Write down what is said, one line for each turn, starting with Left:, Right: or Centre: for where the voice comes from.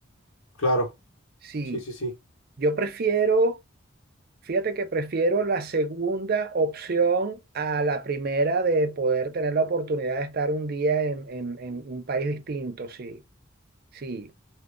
Left: Claro,
Right: Sí,
Left: sí, sí, sí.
Right: yo prefiero, fíjate que prefiero la segunda opción a la primera de poder tener la oportunidad de estar un día en, en- en un país distinto, sí, sí.